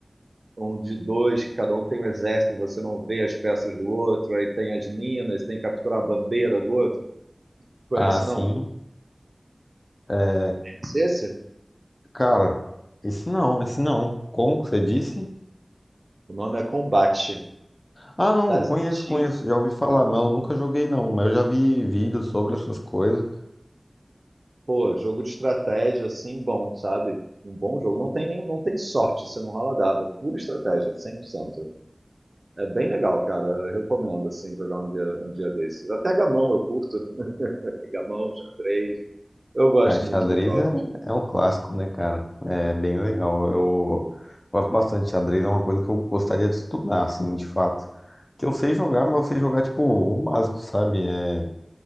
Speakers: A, on the right (about 60°); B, on the left (about 35°).
A: Um de dois, que cada um tem um exército, você não vê as peças do outro, aí tem as minas, tem que capturar a bandeira do outro. Conhece
B: Ah, sim.
A: não?
B: É,
A: Conhece esse?
B: cara, esse não, esse não. Como que você disse?
A: O nome é Combate.
B: Ah, não,
A: Das
B: conheço,
A: antigas,
B: conheço. Já ouvi falar, mas eu nunca joguei, não. Mas eu já vi vídeos sobre essas coisas.
A: pô, jogo de estratégia, assim, bom, sabe? Um bom jogo. Não tem nem, não tem sorte, você não rola dado, é pura estratégia, 100%. É bem legal, cara. Eu recomendo, assim, jogar um dia, um dia desses. Até gamão eu curto. Gamão, xadrez. Eu gosto
B: A xadrez
A: muito dos jogos.
B: é, é um clássico, né, cara? É bem legal. Eu gosto bastante de xadrez, é uma coisa que eu gostaria de estudar, assim, de fato. Que eu sei jogar, mas eu sei jogar, tipo, o básico, sabe? É,